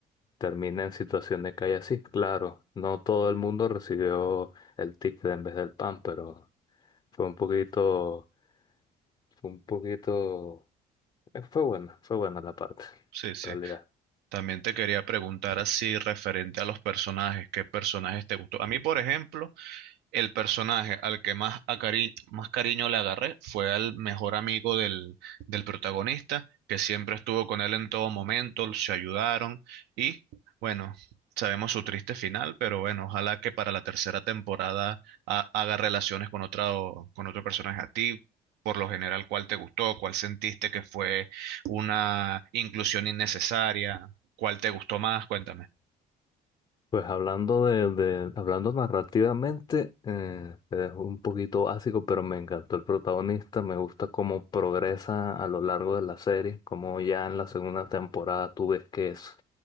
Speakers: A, on the left; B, on the right.
A: termina en situación de calle así. Claro, no todo el mundo recibió el ticket en vez del pan, pero fue un poquito, fue un poquito, eh, fue bueno, fue buena la parte,
B: Sí, sí.
A: en realidad.
B: También te quería preguntar así referente a los personajes, ¿qué personajes te gustó? A mí, por ejemplo, El personaje al que más, a cari- más cariño le agarré fue al mejor amigo del, del protagonista, que siempre estuvo con él en todo momento, se ayudaron y bueno, sabemos su triste final, pero bueno, ojalá que para la tercera temporada ha- haga relaciones con otra, o- con otro personaje a ti. Por lo general, ¿cuál te gustó? ¿Cuál sentiste que fue una inclusión innecesaria? ¿Cuál te gustó más? Cuéntame.
A: Pues hablando de, de- hablando narrativamente, eh, es un poquito básico, pero me encantó el protagonista, me gusta cómo progresa a lo largo de la serie, como ya en la segunda temporada tú ves que es